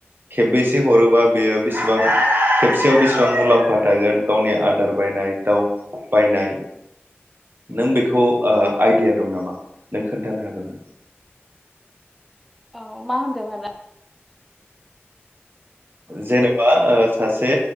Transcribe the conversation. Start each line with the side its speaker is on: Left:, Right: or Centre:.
Right: खेबबैसे हरोबा बेयो बेसेबां खेबसेयाव बेसेबां मुलाम्फा थागोन गावनि आदार बायनाय दाउ बायनाय नों बेखौ ओ आइडिया दं नामा नों खोन्थानो हागोन नामा?
Centre: औ मा होनदों आदा?
Right: जेनेबा ओ सासे